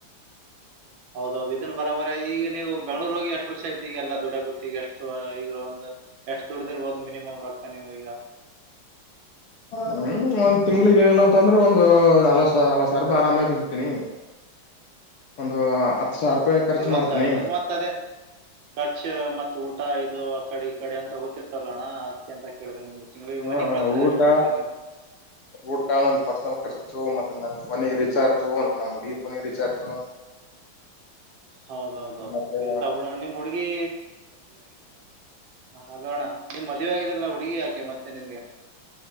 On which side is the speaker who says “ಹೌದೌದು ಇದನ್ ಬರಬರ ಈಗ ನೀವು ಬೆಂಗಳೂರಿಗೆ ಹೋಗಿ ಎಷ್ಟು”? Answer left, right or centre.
Right